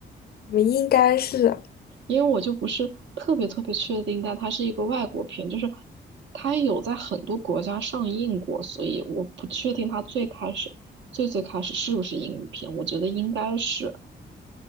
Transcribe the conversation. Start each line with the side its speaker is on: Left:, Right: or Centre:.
Left: 我们应该是。
Right: 因为我就不是特别特别确定，但它是一个外国片，就是它有在很多国家上映过，所以我不确定它最开始最最开始是不是英语片，我觉得应该是，